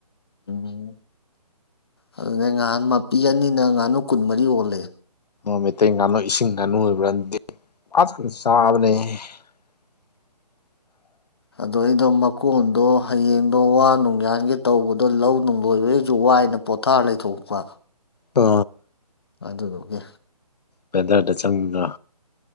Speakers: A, on the left; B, on the left.
A: ꯎꯝ ꯑꯗꯨꯅꯦ ꯉꯍꯥꯟ ꯃꯄꯤ ꯑꯅꯤꯅ ꯉꯥꯅꯨ ꯀꯨꯟꯃꯔꯤ ꯑꯣꯜꯂꯦ
B: ꯅꯣꯡ ꯃꯩꯇꯩ ꯉꯥꯅꯨ ꯏꯁꯤꯡ ꯉꯥꯅꯨ ꯑꯣꯏꯕ꯭ꯔꯗꯤ ꯐꯖꯅ ꯆꯥꯕꯅꯦꯍꯦ <inaudible>
A: ꯑꯗꯣ ꯑꯩꯗꯣ ꯃꯀꯣꯟꯗꯣ ꯍꯌꯦꯡꯗꯣ ꯋꯥ ꯅꯨꯡꯌꯥꯟꯒꯦ ꯇꯧꯕꯗꯣ ꯂꯧ ꯅꯨꯡ ꯂꯣꯏꯕ ꯑꯩꯁꯨ ꯋꯥꯏꯅ ꯄꯣꯊꯥꯔ ꯂꯩꯊꯣꯛꯄ
B: ꯄ
A: ꯑꯗꯨꯗꯨꯒꯤ
B: ꯄꯦꯗꯔꯗ ꯆꯪꯒ